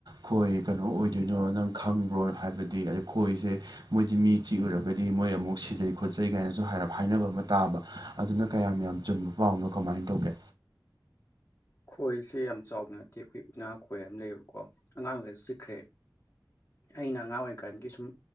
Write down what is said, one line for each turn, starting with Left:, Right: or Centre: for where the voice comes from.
Right: ꯈꯣꯏ ꯀꯩꯅꯣ ꯑꯣꯏꯗꯣꯏꯅꯣ ꯅꯪ ꯈꯪꯕ꯭ꯔꯣꯅ ꯍꯥꯏꯕꯗꯤ ꯑꯗꯨꯗ ꯈꯣꯏꯁꯦ ꯃꯣꯏꯗꯤ ꯃꯤ ꯆꯤꯛꯎꯨꯔꯒꯗꯤ ꯃꯣꯏ ꯑꯃꯨꯛ ꯁꯤꯖꯩ ꯈꯣꯠꯆꯩ ꯀꯥꯏꯅꯁꯨ ꯍꯥꯏꯅꯕ ꯑꯃ ꯇꯥꯕ ꯑꯗꯨꯅ ꯀꯌꯥꯝ ꯌꯥꯝ ꯆꯨꯝꯕ ꯄꯥꯎꯅꯣ ꯀꯃꯥꯏꯅ ꯇꯧꯒꯦ
Left: ꯈꯣꯏꯁꯦ ꯌꯥꯝ ꯆꯥꯎꯕ ꯅꯠꯇꯦ ꯑꯩꯈꯣꯏ ꯎꯅꯥ ꯈꯣꯏ ꯑꯃ ꯂꯩꯌꯦꯕꯀꯣ ꯑꯉꯥꯡꯒꯁ ꯆꯤꯛꯈ꯭ꯔꯦ ꯑꯩꯅ ꯑꯉꯥꯡ ꯑꯣꯏꯔꯤꯀꯥꯟꯒꯤ ꯁꯨꯝ